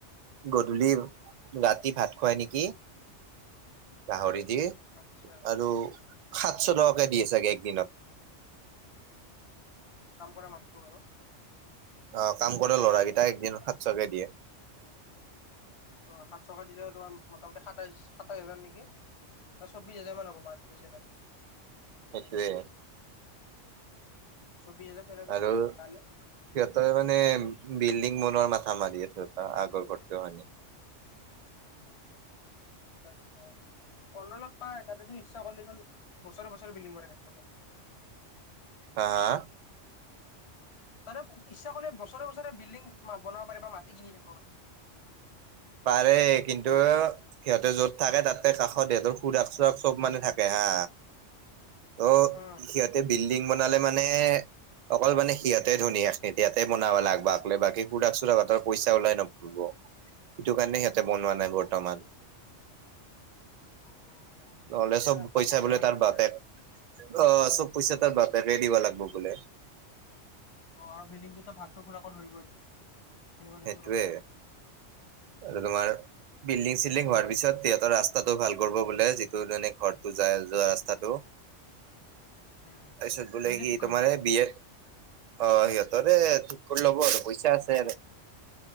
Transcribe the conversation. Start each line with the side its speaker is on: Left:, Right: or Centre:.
Right: গধূলি ৰাতি ভাত খুৱাই নেকি। গাহৰি দি
Left: আচ্ছা
Right: আৰু সাতশ টকাকে দিয়ে চাগে একদিনত।
Left: কাম কৰা মানুহটোক আৰু?
Right: অ' কাম কৰে ল'ৰাকেইটাক এদিন সাতশ কে দিয়ে।
Left: অ' সাতশ কে দিলেও তোমাৰ মোটামুটি সাতাইশ সাতাইশ হাজাৰ নেকি? অ' চৌবিশ হাজাৰ মান হব <unintelligible> দাম
Right: সেইটোয়ে
Left: উম। চৌবিশ হাজাৰ চেলাৰী
Right: আৰু
Left: পালে
Right: সিহঁতে মানে বিল্ডিং বনোৱাৰ মাথা মাৰি আছে তাৰ আগৰ ঘৰটোয়ে মানে।
Left: আচ্ছা আচ্ছা, অলপ অলপ পাই তাতে চোন ইচ্ছা কৰিলে বছৰে বছৰে বিল্ডিং বনাই থাকিব পাৰে।
Right: হা হা?
Left: তাৰে ইচ্ছা কৰিলে বছৰে বছৰে বিল্ডিং বনাব পাৰি বা মাটি কিনি থাকিব পাৰে চোন।
Right: পাৰে কিন্তু সিহঁতে য'ত থাকে তাতে কাষত হিহঁতৰ খুুৰাক চুৰাক চব মানে থা কে হা ত'
Left: উম,
Right: সিহঁ তে বিল্ডিং বনালে মানে অকল মানে সিহঁতে ধনী এখিনিত সিয়াতে বনাবা লাগবা একলা বাকী খুৰাক চুৰাক হঁতৰ পইচা ওলাই নপৰিব সেইটো কাৰণে সিহঁতে বনোৱা নাই
Left: আচ্ছা।
Right: বৰ্তমান।
Left: অ'।
Right: নহ'লে
Left: পুৰা
Right: চব
Left: ভাগ
Right: পইচা
Left: বতৰা
Right: বোলে
Left: হৈ
Right: তাৰ
Left: যাব
Right: বাপেক
Left: আৰু।
Right: অঁ চব পইচা তাৰ বাপেকে দিব লাগিব বোলে।
Left: অঁ বিল্ডিংটোত ভাগটো খুৰাকো ধৰিবই। সেনেকুৱা টাইপৰ
Right: সেটোৱে
Left: অ'।
Right: আৰু তোমাৰ বিল্ডিং চিল্ডিং হোৱাৰ পিছত সিহঁতৰ ৰাস্তাটো ভাল কৰিব বোলে যিটো মানে ঘৰ যাই যোৱা ৰাস্তাটো তাৰপিছত
Left: উম,
Right: বোলে
Left: নিজে
Right: সি
Left: ঠিক কৰি
Right: তোমাৰ
Left: ল'ব।
Right: বি এ অঁ সিহঁতৰে ঠিক কৰি লব আৰু পইচা আছে আৰু।